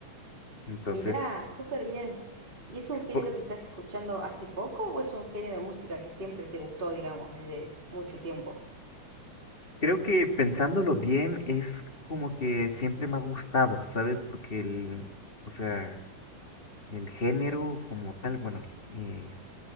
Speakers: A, on the left (about 20°); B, on the right (about 15°).
A: Entonces,
B: Mirá, súper bien. ¿Y es un género
A: por-
B: que estás escuchando hace poco o es un género de música que siempre te gustó, digamos, desde mucho tiempo?
A: creo que pensándolo bien es como que siempre me ha gustado, ¿sabes? Porque el, o sea, el género como tal, bueno, eh,